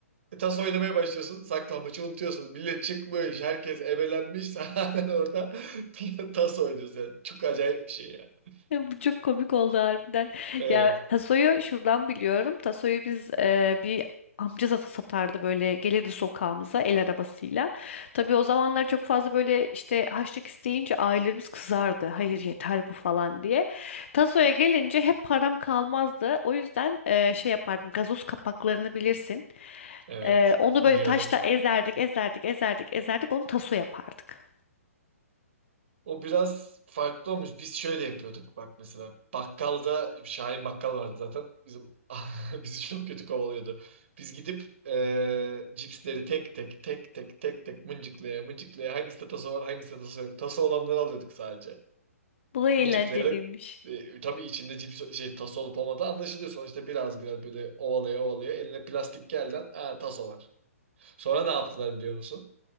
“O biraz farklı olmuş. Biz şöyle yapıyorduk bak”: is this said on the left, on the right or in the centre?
Right